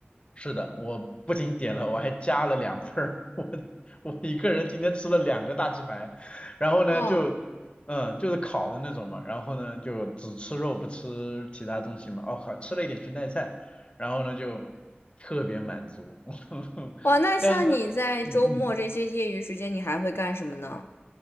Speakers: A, on the left; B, on the left.
A: 是的，我不仅点了，我还加了两份儿。<laughs> 我我一个人今天吃了两个大鸡排，然后呢就，
B: 哇
A: 嗯，就是烤的那种嘛，然后呢就只吃肉不吃其他东西嘛。哦，还吃了一点裙带菜，然后呢就特别满足。<laughs>
B: 哇，那像你在周末这些业余时间，
A: 但是呢，嗯嗯。
B: 你还会干什么呢？